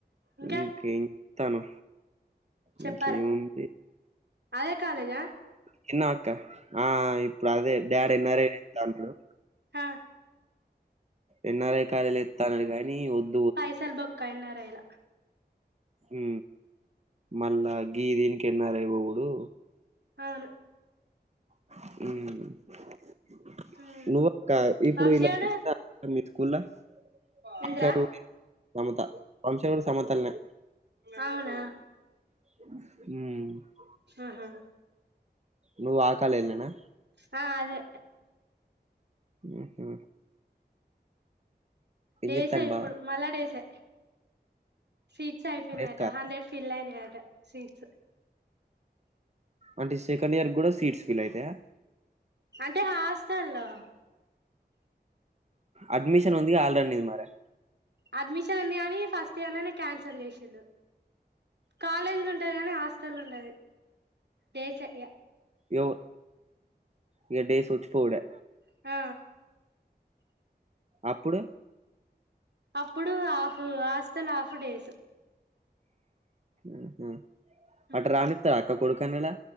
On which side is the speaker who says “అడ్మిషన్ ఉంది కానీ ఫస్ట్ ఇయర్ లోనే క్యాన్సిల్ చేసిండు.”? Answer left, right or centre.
Right